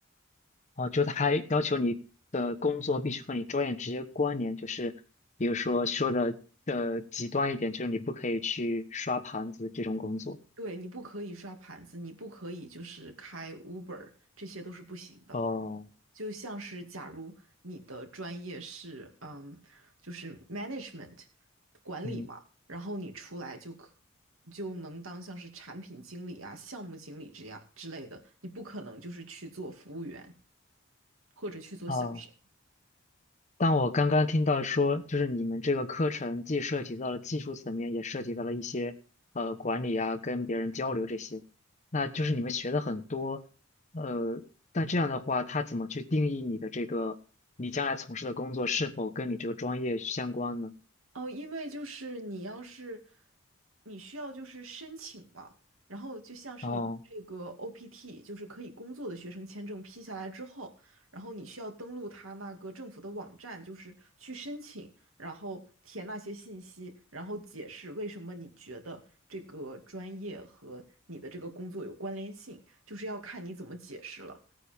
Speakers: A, on the left; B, on the right.
A: 哦，就它还要求你的工作必须和你专业直接关联，就是比如说说的呃极端一点，就是你不可以去刷盘子这种工作。
B: 对，你不可以刷盘子，你不可以就是开 Uber，这些都是不行的。
A: 哦，
B: 就像是假如你的专业是嗯，就是 management 管理嘛，
A: 嗯。
B: 然后你出来就可就能当像是产品经理啊、项目经理这样之类的，你不可能就是去做服务员或者去做销售。
A: 啊，但我刚刚听到说，就是你们这个课程既涉及到了技术层面，也涉及到了一些呃管理啊，跟别人交流这些。那就是你们学的很多，呃，但这样的话，他怎么去定义你的这个你将来从事的工作是否跟你这个专业相关呢？
B: 哦，因为就是你要是你需要就是申请嘛，然后就像是你的这个
A: 哦
B: OPT，就是可以工作的学生签证批下来之后，然后你需要登录他那个政府的网站，就是去申请，然后填那些信息，然后解释为什么你觉得这个专业和你的这个工作有关联性，就是要看你怎么解释了。